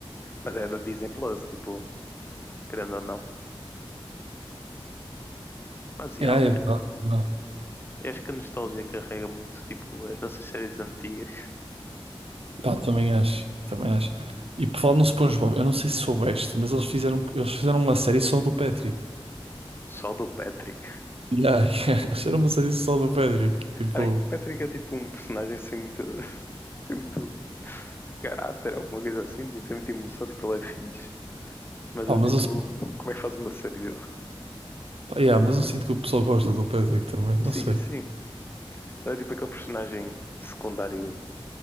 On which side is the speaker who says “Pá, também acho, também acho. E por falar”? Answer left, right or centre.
Right